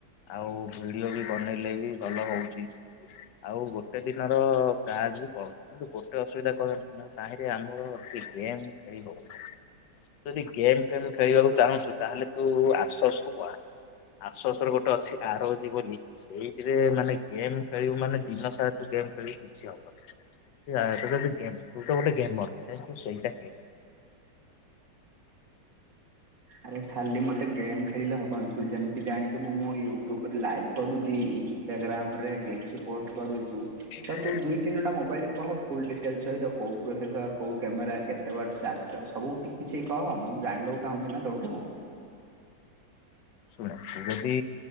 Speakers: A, on the left; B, on the right.
A: ଆଉ ଭିଡ଼ିଓ ବି ବନେଇଲେ ବି ଭଲ ହଉଚି। ଆଉ ଗୋଟେ ଦିନର ଚାର୍ଜ ବି ପଳଉଚି। କିନ୍ତୁ ଗୋ ଗୋଟେ ଅସୁବିଧା କଣ ଜାଣିଚୁ ନା ତାହିଁ ରେ ଆମର ଯିଏ ଗେମ୍ ଖେଳିବ ଯଦି ଗେମ୍ ଫେମ୍ ଖେଳିବାକୁ ଚାହୁଁଚୁ ତାହେଲେ ତୁ ଆଶର୍ସକୁୁ ପଳା। ଆସୋର୍ଷ ରେ ଗୋଟେ ଅଛି ଆରଜି ବୋଲି ସେଇଥିରେ ମାନେ ଗେମ୍ ଖେଳିବୁ ମାନେ ଦିନ ସାରା ତୁ ଗେମ୍ ଖେଳିବୁ କିଛି ହବନି। <unintelligible> ତୁ ତ ଗୋଟେ ଗେମର୍। ସେଥିପାଇଁ ତୁ ସେଇଟା ଖେଲ୍।
B: ଆରେ ଖାଲି ମତେ ଗେମ୍ ଖେଳିଲେ ହବନି। ତୁ ଯେମତି ଜାଣିଚୁ ମୁଁ ମୋ ୟୁଟ୍ୟୁବରେ ଲାଇଭ କରୁଛି। ଇନଷ୍ଟାଗ୍ରାମରେ ରିଲ୍ସ ପୋଷ୍ଟ କରୁଚି।
A: ଶୁଣ
B: ତ ତୁ ଦୁଇ ତିନିଟା ମୋବାଇଲ୍ କହ, ଫୁଲ୍ ଡିଟେଲ ସହିତ କୋଉ ପ୍ରସେସର କୋଉ କ୍ୟାମେରା କେତେ ୱାଟ ଚାର୍ଜର ସବୁ ଟି କିଛି କହ। ମୁଁ ଜାଣିବାକୁ ଚାହୁଁଚି ନା ତୋଠୁ।
A: ଶୁଣ ଯଦି